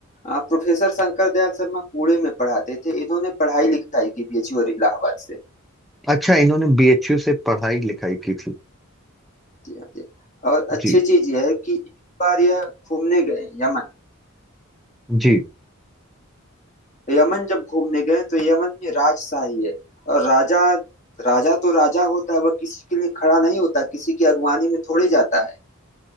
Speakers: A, on the left; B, in the centre.
A: आ, प्रोफेसर शंकर दयाल शर्मा पुणे में पढ़ाते थे इन्होंने पढ़ाई लिखाई की बीएचयू और इलाहाबाद से
B: अच्छा इन्होंने बीएचयू से पढ़ाई लिखाई की थी
A: जी हाँ जी और अच्छी
B: जी
A: चीज यह है कि एक बार यह घूमने गए यमन
B: जी
A: यमन जब घूमने गए तो यमन में राजशाही है और राजा राजा तो राजा होता है वह किसी के लिए खड़ा नहीं होता किसी की अगुवानी में थोड़े जाता है